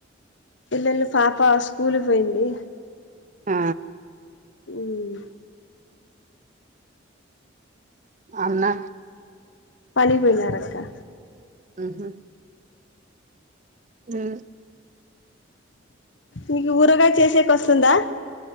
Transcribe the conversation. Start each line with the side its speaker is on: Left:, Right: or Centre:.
Left: పిల్లలు పాప స్కూల్ కు పోయింది
Right: ఆ
Left: ఉమ్
Right: అన్న
Left: పనికి వెళ్ళరక్క
Right: ఉహ్ హ్
Left: మీకు ఊరగాయ చేసేకి వస్తుందా